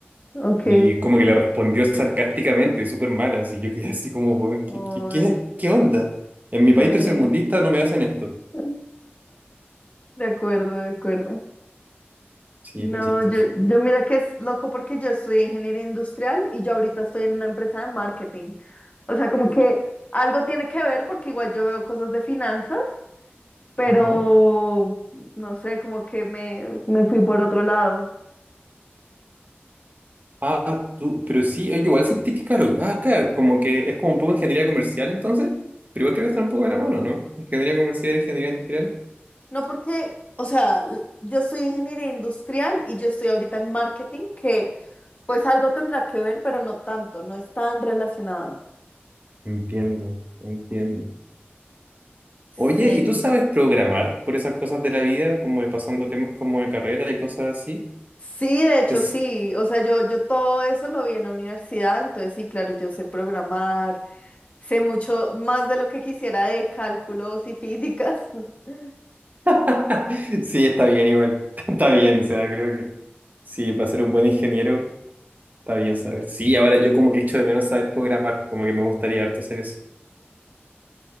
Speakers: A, on the left; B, on the right.
A: ok.
B: y como que le respondió sarcásticamente, súper mala, así yo quedé así como, "Weón,
A: Uy,
B: ¿qué, qué, qué, qué onda? En mi país
A: sí,
B: tercermundista no me hacen esto.
A: <laughs> de acuerdo, de acuerdo.
B: Sí,
A: No,
B: fue chistoso.
A: yo, yo mira que es loco porque yo estudié ingeniería industrial y yo ahorita estoy en una empresa de marketing. O sea, como que algo tiene que ver porque igual yo veo cosas de finanzas, pero
B: Ajá.
A: no sé, como que me, me fui por otro lado.
B: Ah, tú, pero sí, yo igual sentí que caro ah, acá como que es como un poco ingeniería comercial entonces, pero igual creo que está un poco de la mano, ¿no? Ingeniería comercial, ingeniería industrial.
A: No porque, o sea, l- yo estudié ingeniería industrial y yo estoy ahorita en marketing, que pues algo tendrá que ver, pero no tanto, no es tan relacionado.
B: Entiendo, entiendo.
A: Sí.
B: Oye, ¿y tú sabes programar por esas cosas de la vida, como de pasando temas como de carrera y cosas así?
A: Sí, de hecho
B: Es-
A: sí, o sea, yo, yo todo eso lo vi en la universidad, entonces sí, claro, yo sé programar, sé mucho más de lo que quisiera de cálculos y físicas. <laughs>
B: <laughs> Sí, está bien igual, <laughs> está bien, o sea, creo que sí, para ser un buen ingeniero está bien saber. Sí, ahora yo como que echo de menos saber programar, como que me gustaría harto hacer eso.